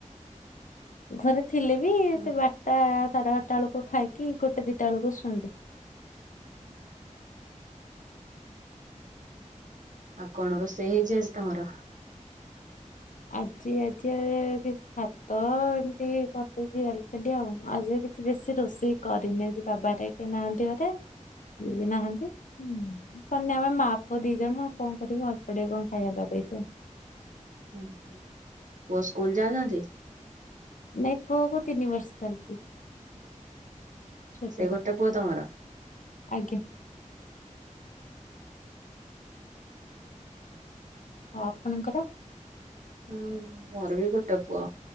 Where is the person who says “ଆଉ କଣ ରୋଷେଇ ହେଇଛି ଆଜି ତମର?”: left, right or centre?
Right